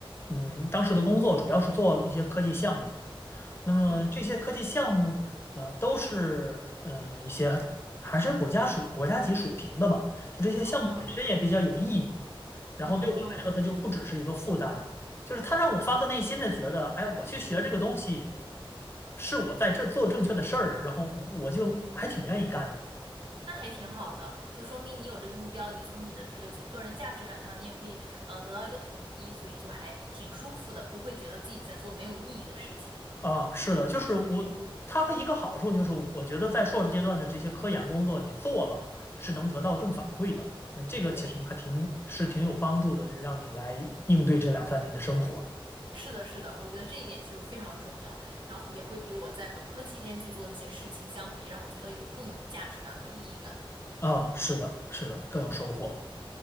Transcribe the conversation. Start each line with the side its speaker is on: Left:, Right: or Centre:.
Left: 嗯，当时的工作主要是做一些科技项目。那么这些科技项目，
Right: 嗯，
Left: 呃，都是嗯、呃一些还是国家水国家级水平的吧。就这些项目本身也比较有意义，
Right: 哦。
Left: 然后对我来说，
Right: 哦，
Left: 它就不只是一个负担，就是它让我发自内心的觉得，哎，我去学这个东西是我在这做正确的事儿，然后我就还挺愿意干的。
Right: 那还挺好的，就说明你有这个目标，你从你的这个价个人价值感上，你也可以呃得到一个统一，所以就还挺舒服的，不会觉得自己在做没有意义的事情。
Left: 啊，是的，就是我，它和一个好处就是，我觉得在硕士阶段的这些科研工作，你做了是能得到正反馈的，那这个其实还挺是挺有帮助的，
Right: 对，
Left: 让你来应对这两三年的生活。
Right: 是的，是的，我觉得这一点就是非常重要，然后也会比我在本科期间去做那些事情相比，让我觉得有更有价值感和意义感。
Left: 啊，是的，是的，更有收获。